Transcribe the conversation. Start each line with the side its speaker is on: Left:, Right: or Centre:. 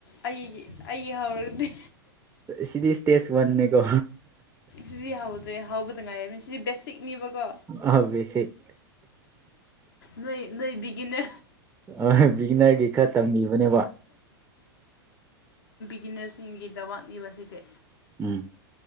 Left: ꯑꯩꯒꯤ ꯑꯩꯒꯤ ꯍꯧꯔꯒꯗꯤ
Right: ꯁꯤꯗꯤꯁꯇꯦꯁ ꯋꯥꯟꯅꯤꯀꯣ
Left: ꯁꯤꯗꯤ ꯍꯧꯗ꯭ꯔꯦ ꯍꯧꯕꯗ ꯉꯥꯏꯔꯅꯤ ꯁꯤꯗꯤ ꯕꯦꯁꯤꯛꯅꯦꯕꯀꯣ
Right: ꯑꯣ ꯕꯦꯁꯤꯛ
Left: ꯅꯣꯏ ꯅꯣꯏꯕꯤꯒꯤꯅꯦ
Right: ꯑ ꯕꯤꯒꯅꯔꯒꯤ ꯈꯔ ꯇꯝꯕꯤꯕꯅꯦꯕ
Left: ꯒꯤꯅꯔꯁꯤꯡꯒꯤꯗꯋꯥꯥꯛ ꯅꯤꯕꯁꯤꯗꯤ
Right: ꯎꯝ